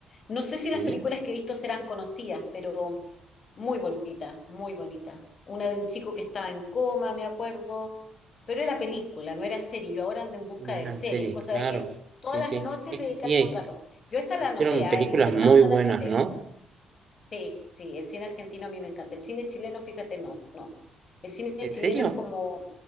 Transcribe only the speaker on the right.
¿Sí?
Y no
eran
series,
claro.
Sí,
sí.
Es
que sí, eh,
se
hicieron
películas
muy buenas,
¿no?
¿En
serio?